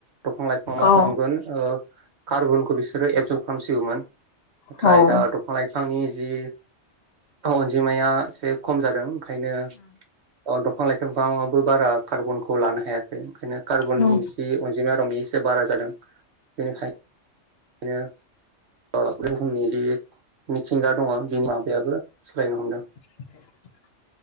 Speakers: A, on the right (about 65°); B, on the left (about 60°).
A: दंफां -लाइफाङा मा
B: औ
A: खालामगोन कार्बनखौ बिसोरो एबजर्ब ओ खालामसिगौमोन नाथाय
B: औ उम
A: दा दंफां -लाइफांनि जि अनजिमाया एसे खम जादों ओंखायनो गो बिफां- लाइफांफोराबो बारा कार्बनखौ लानो हायाखै ओंखायनो कार्बननि
B: उम औ
A: जि अनजिमा रं बे एसे बारा जादों बेनिखायनो बिदिनो ओ बुहुमनि जि मिथिंगा दङ बि माबायाबो सोलायनो हमदों
B: <inaudible>